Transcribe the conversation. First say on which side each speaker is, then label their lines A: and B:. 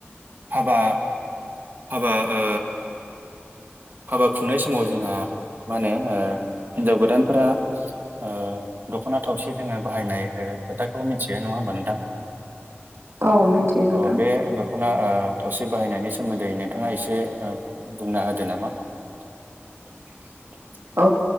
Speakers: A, on the right; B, on the right.
A: हाबा हाबा ओ हाबा खुंनाय समाव जोंहा मा होनो ओ हिन्जाव गोदानफोरा ओ दखना थावसि जोङो बाहायनाय ओ खोथाखौ मिनथियो नङा होमबा नोंथां
B: औ मिथियो नोंथां
A: अ' बे दख ख'ना ओ थावसि बाहायनायनि सोमोन्दै नोंथाङा एसे ओ बुंना होदो नामा। <inaudible>
B: औ